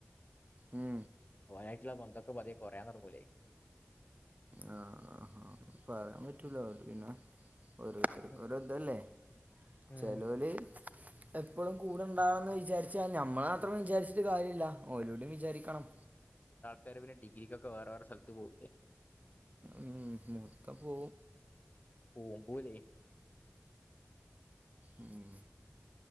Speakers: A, on the right; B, on the left.
A: മ്
B: യിട്ടുള്ള ബന്ധൊക്കെ പതിയെ കുറയാൻ തുടങ്ങൂലേ
A: ആ ആ പറയാൻ പറ്റല അവ പിന്നെ ഓരുത്തർ
B: ഉം,
A: ഒതല്ലേ
B: ഉം,
A: ചലോലി എപ്പോഴും കൂടെണ്ടാവണന്ന് വിചാരിച്ച ഞമ്മൾ മാത്രം വിചാരിച്ചിട്ട് കാര്യമില്ല ഓരോടെും വിചാരിക്കണം
B: കരവിന്റെ ഡിഗ്രിക്കൊക്കെ വേറെ വേറെ സ്ഥലത്ത് പോവേ
A: മുഹൂത്ത പോ
B: ഓമ്പൂലേ
A: ഉം